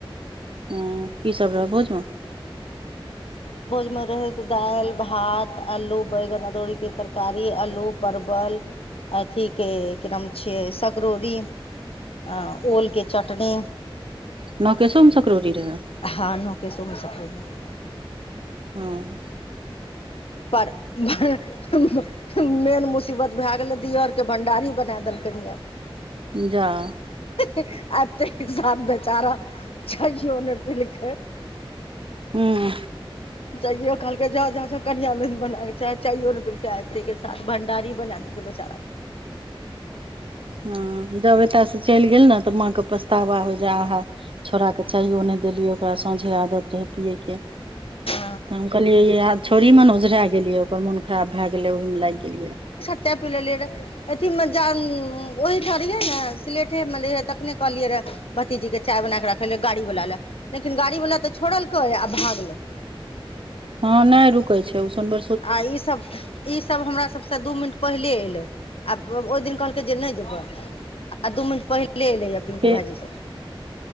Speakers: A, on the right; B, on the left.
A: हु की सब रहै भोझ मऽ
B: भोज मे रहैय दैल भात अलू बैगन अदौड़ी के तरकारी अलू परवल अथी के की नाम छियै सकरौड़ी आ ओल कऽ चटनी
A: नोकेशो मे सकरौड़ी रहै
B: हऽ नकेशो मे सकरौड़ी रहै
A: हूँ
B: पर <unintelligible> <unintelligible> मेन मुसीबत भए गेलै दियौर कऽ भंडारी बना देलकैन ये
A: जाऽ
B: एऽ तेके साथ बेचारा चैययौ ने पिलकै
A: ह ह
B: तैयो कहलकै जा जा जा कनिया नैह बनाय चाहय चाहियो नैह पिलकै आबिते के साथ भण्डारी बनाए देलकै बेचारा
A: हँ जब एतय सऽ चैल गेल ने तऽ माँके पछतावा होइ जे आहाँ छौड़ाके चैयो नैह देलियै ओकरा साँझे आदत रहैय पियैके
B: के।
A: तऽ हम कहलियै आब छौड़री मे नऽ ओझरा गेलियै ओकर मोन खराब भए गेलै ओहमे लैग गेलियै
B: चाह पि लेलिय रे अथी मे <unintelligible> ओहीठाम रहिये नऽ सिलेठे मेेे रहिये तखने कहलियै रे भतीजी के चाय बना कऽ राखलियै गाड़ी वला ले लेकिन गाड़ी वला तऽ छोड़लकै आ भागले
A: हँ नैय रुकै छै उस सब
B: आ ई सब ई सब हमरा सबसे दू मिनट पहिले एलै आ ओहि दिन कहलकै जे नैय जेबै आ दू मिनट पहिले एलै या पिंकु
A: के
B: भाईजी सब